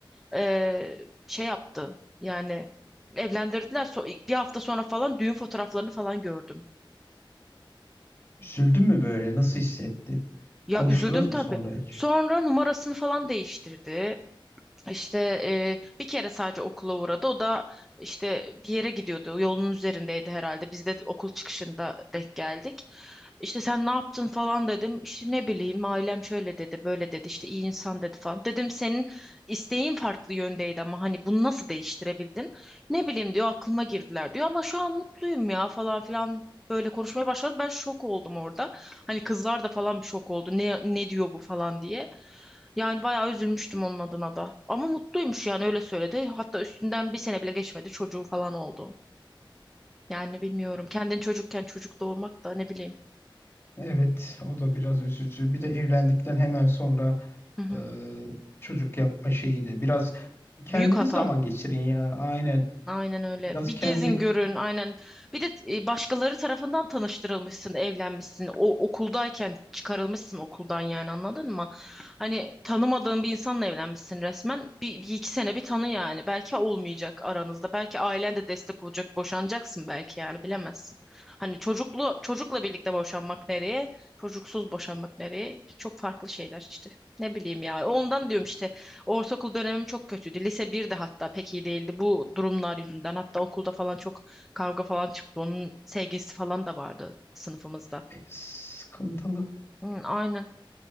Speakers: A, in the centre; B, on the left.
A: E, şey yaptı yani evlendirdiler. So- bir hafta sonra falan düğün fotoğraflarını falan gördüm.
B: Üzüldün mü böyle? Nasıl hissettin?
A: Ya
B: Konuştunuz
A: üzüldüm
B: mu
A: tabii.
B: sonra hiç?
A: Sonra numarasını falan değiştirdi. İşte e, bir kere sadece okula uğradı. O da işte bir yere gidiyordu. Yolun üzerindeydi herhalde. Biz de okul çıkışında denk geldik. İşte sen ne yaptın falan dedim. İşte ne bileyim ailem şöyle dedi, böyle dedi. İşte iyi insan dedi falan. Dedim senin isteğin farklı yöndeydi ama hani bunu nasıl değiştirebildin? Ne bileyim diyor aklıma girdiler diyor ama şu an mutluyum ya falan filan böyle konuşmaya başladı. Ben şok oldum orada. Hani kızlar da falan bir şok oldu. Ne ne diyor bu falan diye. Yani bayağı üzülmüştüm onun adına da. Ama mutluymuş yani öyle söyledi. Hatta üstünden bir sene bile geçmedi çocuğu falan oldu. Yani bilmiyorum. Kendin çocukken çocuk doğurmak da ne bileyim.
B: Evet, o da biraz üzücü. Bir de evlendikten hemen sonra
A: Hı hı.
B: e, çocuk yapma şeyi de biraz kendiniz
A: Büyük hata.
B: zaman geçirin ya. Aynen.
A: Aynen öyle.
B: Biraz
A: Bir
B: kendi
A: gezin görün aynen. Bir de e, başkaları tarafından tanıştırılmışsın, evlenmişsin. O okuldayken çıkarılmışsın okuldan yani anladın mı? Hani tanımadığın bir insanla evlenmişsin resmen. Bir, bir iki sene bir tanı yani. Belki olmayacak aranızda. Belki ailen de destek olacak. Boşanacaksın belki yani bilemezsin. Hani çocuklu çocukla birlikte boşanmak nereye? Çocuksuz boşanmak nereye? Çok farklı şeyler işte. Ne bileyim ya. Ondan diyorum işte. Ortaokul dönemim çok kötüydü. Lise bir de hatta pek iyi değildi bu durumlar yüzünden. Hatta okulda falan çok kavga falan çıktı. Onun sevgilisi falan da vardı sınıfımızda.
B: e, sıkıntılı.
A: Hı, aynen.